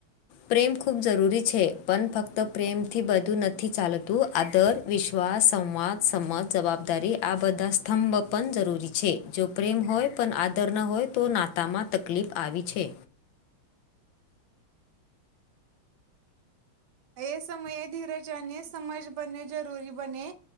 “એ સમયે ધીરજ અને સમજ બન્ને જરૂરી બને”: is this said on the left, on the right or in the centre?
Right